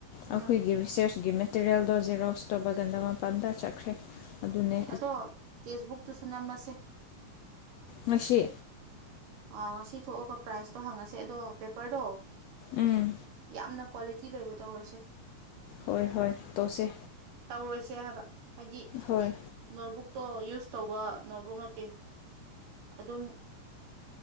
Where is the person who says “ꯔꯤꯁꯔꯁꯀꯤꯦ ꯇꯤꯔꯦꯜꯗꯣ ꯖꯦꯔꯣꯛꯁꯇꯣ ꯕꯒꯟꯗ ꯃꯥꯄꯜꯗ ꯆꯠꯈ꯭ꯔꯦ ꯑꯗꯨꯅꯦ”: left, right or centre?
Left